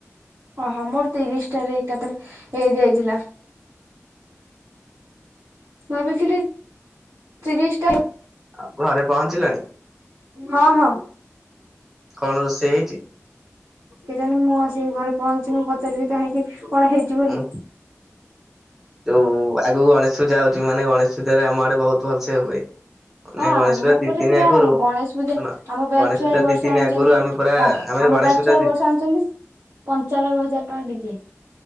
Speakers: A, on the right; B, in the centre.
A: ଓହୋ ମୋର ତ ତିରିଶଟାରେ ଏକାଥରେ ହେଇଯାଇଥିଲା। ଭାବିଥିଲି ତିରିଶ ଟା
B: ଆଉ ଘରେ ପହଞ୍ଚିଲଣି?
A: ହଁ ହଁ
B: କଣ ରୋଷେଇ ହେଇଛି?
A: କେ ଜାଣି ମୁଁ ଆସି ସି ଘରେ ପହଞ୍ଚି <unintelligible> ମୁଁ ପଚାରିବି କାହିଁକି କଣ ହେଇଛି ବୋଲି
B: ଉଁ ଯୋଉ ଆଗକୁ ଗଣେଶ ପୂଜା ହଉଛି ମାନେ ଗଣେଶ ପୂଜାରେ ଆମ ଆଡେ ବହୁତ ଭଲସେ ହୁଏ। ମାନେ
A: ଆ ଆମ
B: ଗଣେଶ ପୂଜା
A: ଉପରେ
B: ଦି ଦିନି
A: ପୁରା
B: ଆଗରୁ
A: ଗଣେଶ ପୂଜା
B: ଶୁଣ
A: ଆମ ବ୍ୟାଚ୍
B: ଗଣେଶ
A: ଛୁଆ
B: ପୂଜା
A: ଏ ବର୍ଷ
B: ଦି ଦିନି
A: ଆଣିଛନ୍ତି
B: ଆଗରୁ ଆମେ ପୁରା
A: କଣ
B: ଆମେ
A: ଆମ
B: ଗଣେଶ ପୂଜା
A: ଛୁଆ
B: ଦି
A: ବର୍ଷା ଆଣିଛନ୍ତି ପଞ୍ଚାନବେ ହଜାର ଟଙ୍କା ଡିଜେ।